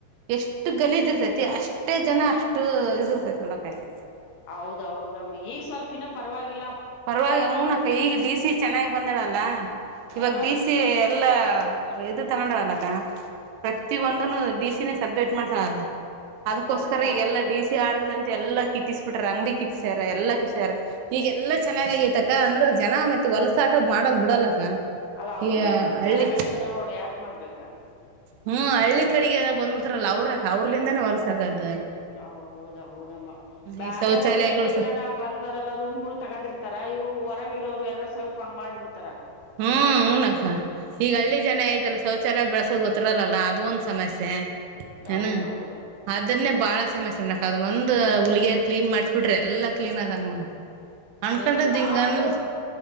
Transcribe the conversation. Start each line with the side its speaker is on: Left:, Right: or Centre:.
Right: ಎಷ್ಟು ಗಲೀಜ್ ಇರ್ತೈತಿ ಅಷ್ಟೇ ಜನ ಅಷ್ಟು ಇದಿರ್ತೈತಿ ನೋಡಕಲ್ಲಿ
Left: ಹೌದೌದಮ್ಮ ಈಗ ಸ್ವಲ್ಪ ಇನ್ನ ಪರವಾಗಿ
Right: ಪರವಾಗಿ ಹಊನಕ್ಕ ಈಗ ಡಿ ಸಿ ಚೆನ್ನಾಗಿ ಬಂದಡಲ್ಲ ಇವಾಗ
Left: ಹ
Right: ಸಿ ಎಲ್ಲಾ ಇದು ತಗೊಂಡವಲ್ಲಕ್ಕ ಪ್ರತಿಿಯ ಒಂದನು ಡಿಿಸಿನೇ ಸಬ್ಮಿಟ್ ಮಾಡ್ತಾರಲ್ಲ ಅದಕೋಸ್ಕರ
Left: ಹೌದಾ
Right: ಎಲ್ಲಾ ಡಿ ಸಿ ಆಡುದ ಎಲ್ಲ ಕಿತ್ತಿಸ್ ಬಿಟ್ರ ಅಂಗ್ಡಿ ಕಿತ್ತಿಸ್ಯಾರ ಎಲ್ಲ ಕಿಸಾರ ಈಗ ಎಲ್ಲ ಚೆನ್ನಾಗಗೈತಕ್ಕ ಅಂದ್ರೆ ಜನ ಮತ್ತತ್ ಹೊಲಸ ಆಟ ಮಾಡದ ಬಿಡಲ್ಲಕ್ಕ
Left: ಅಲ್ಲ ಅವ್ರಿಗೆ
Right: ಈ ಹಳ್ಳಿ
Left: ಚೆನ್ನಾಗ್ ಅನ್ಸಲ್ಲ ನೋಡು ಯಾಕ್ ಮಾಡ್ಬೇಕಂಗ
Right: ಹ್ಮ ಹಳ್ಳಿ ಕಡೆಗೆ ಎಲ್ಲ ಬಂದ್ಬಿಡ್ತ ಲ್ಲ ಅವ್ರ ಅವ್ರಲಿಂದೇ ಹೊಲ್ಸ ಆಕದು
Left: ಹ ಹೌದ ಹೌದಮ್ಮ ಬ್ಯಾರ್ಯಾರ
Right: ಈ ಶೌಚಾಲಯಗಳು
Left: ಅಂದ್ರೆ ಇಲ್ಲಿಂದ
Right: ಸ
Left: ನ ಬಂದವರೆಲ್ಲ ರೂಮ್ ಗಳು ತಗೊಂಡಿರ್ತ ತರ ಇವು ಹೊರಗರೋರು ಎಲ್ಲ ಸ್ವಲ್ಪ ಹಂಗ್ ಮಾಡ್ಬಿಡ್ತಾರೆ
Right: ಹ್ಮ ಹಊನಕ್ಕ ಈಗ ಹಳ್ಳಿ ಜನ ಯದೆಲ್ಲ ಶೌಚಾಲಯ ಬೆಳಸೋದ್ ಗೊತ್ತ ರಲ್ಲಲ್ಲ ಅದು ಒಂದ ಸಮಸ್ಯೆ ಏನು
Left: ಹೌದೌದು
Right: ಅದನ್ನೇ ಬಾಳ ಸಮಸ್ಯೆೋಡಕ್ ಅದನ್ನಂದ ಹುಲಗ ಕ್ಲನ್ ಮಾಡಸಸ್ ಬಿಟ್ರಿ ಎಲ್ಲ ಕ್ಲೀನ್ ಆದಂಗ ನೋಡಕ್ ಅನ್ಕೊಂಡದ್
Left: ಎಷ್ಟ ನಾವು
Right: ಹಿಂಗ ಅನ್